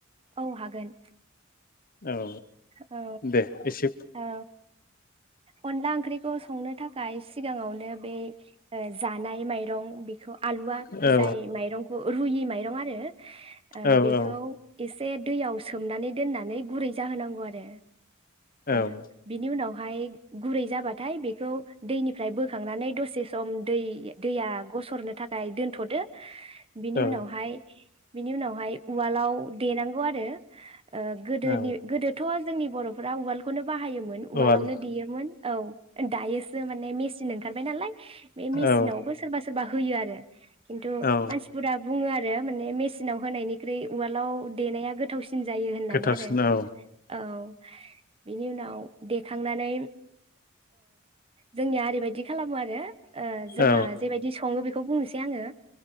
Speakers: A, on the right; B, on the left.
A: औ हागोन।
B: औ
A: औ
B: दे एसे
A: औ अनला ओंख्रिखौ संनो थाखा य सिगाङावनो बे जानाय माइरं बि बेखौ आलुआ
B: औ
A: जाय माइरंखौ रुयि माइ दं आरो। ओ
B: औ
A: बेखौ
B: औ
A: एसे। दैयाव सोमनानै दोननानै गुरै जाहोनांगौ। गौ आरो।
B: औ
A: ओ बिनि उनाव। बेहाय गुरै जाबाथाय बेखौ दैनिफ्राय बोखांनानै दसे सम दै दैया गसरनो थाखाय दोनथदो बिनि
B: औ
A: उनावहाय बिनि उनावहाय उवालाव देनांगौ आरो। ओ गोदोनि
B: औ
A: गोदो। जोंनि बर'फोरा उवालखौनो । बाहायोमोन उवालावनो
B: उवाल
A: देयोमोन औ। दायोसो माने मेसिन ओंखारबाय नालाय। बे मेसिनावबो
B: औ
A: सोरबा सोरबा होयो आरो। <inaudible> खिनथु
B: औ
A: मानसिफोरा। बुङो आरो माने मेसिनाव होनायनिख्रुइ उवालाव देनाया गोथावसिन। सिन जायो होननानै
B: गोथावसिन
A: आरो।
B: औ
A: औ बिनि उनाव देखांनानै जोंनिया ओरैबायदि खालामो आरो। ओ जोंहा
B: औ
A: जेबायदि सङो बे बेखौ बुंनोसै आङो।